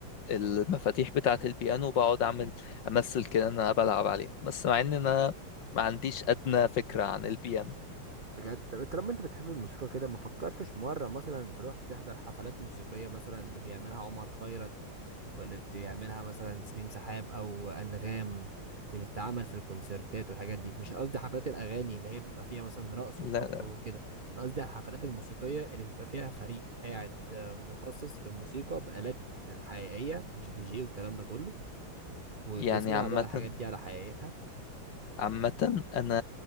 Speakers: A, on the left; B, on the right.
A: المفاتيح بتاعت البيانو وبقعد اعمل امثل كده ان انا بلعب عليها بس مع ان انا ما عنديش ادنى فكرة عن البيانو
B: بجد طب طالما انت بتحب الموسيقى كده ما فكرتش مرة مثلا تروح تحضر حفلات موسيقية مثلا اللي بيعملها عمر خيرت واللي بيعملها مثلا سليم سحاب او انغام اللي بتتعمل في الكونسرتات والحاجات دي مش قصدي حفلات الاغاني اللي هي بيبقى فيها مثلا رقص
A: لا
B: وخبط وكده انا قصدي على الحفلات الموسيقية اللي بيبقى فيها فريق قاعد آه، مخصص في الموسيقى بآلات حقيقية مش دي جي والكلام ده كله وتسمع
A: يعني عامة
B: بقى الحاجات دي على حقيقتها
A: عامة أنا